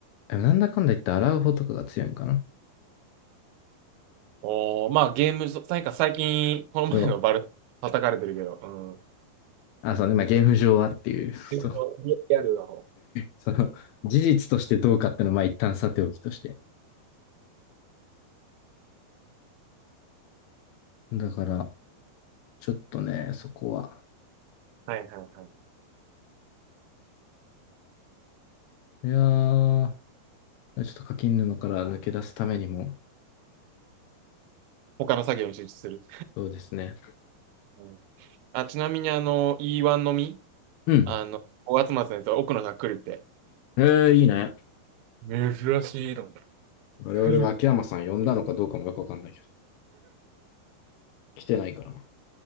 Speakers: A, on the left; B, on the right.
A: でもなんだかんだ言ってアラウホとかが強いんかな。
B: おー、まあゲーム上なんか最近、この前のバル、
A: そう。
B: 叩かれてるけど、うん。
A: あ、そうね。まあ、ゲーム上はっていう。<laughs> そう。
B: ゲームのリリアルな方。
A: その、事実としてどうかってのは、まあ、一旦さておきとして。だから、ちょっとね、そこは。
B: はいはいはい。
A: いやー、ちょっと課金沼から抜け出すためにも、
B: 他の作業に集中する。
A: そうですね。
B: うん、あ、ちなみにあの、E1 のみ、
A: うん。
B: あの、5月末のやつ、奥野さん来るって。
A: えー、いいね。
B: 珍しいの。
A: 我々は秋山さん呼んだのかどうかもよくわかんないけど、
B: 来る。
A: 来てないから。